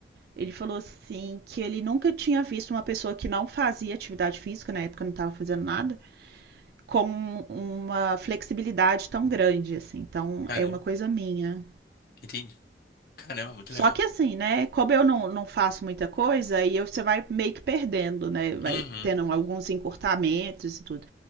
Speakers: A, on the right (about 60°); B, on the left (about 55°).
A: ele falou assim que ele nunca tinha visto uma pessoa que não fazia atividade física, na época não estava fazendo nada, com uma flexibilidade tão grande assim. Então
B: Caramba,
A: é uma coisa minha.
B: entendi. Caramba, muito
A: Só
B: legal.
A: que assim, né? Como eu não, não faço muita coisa, aí eu- você vai meio que perdendo, né? Vai
B: Uhum.
A: tendo alguns encurtamentos e tudo.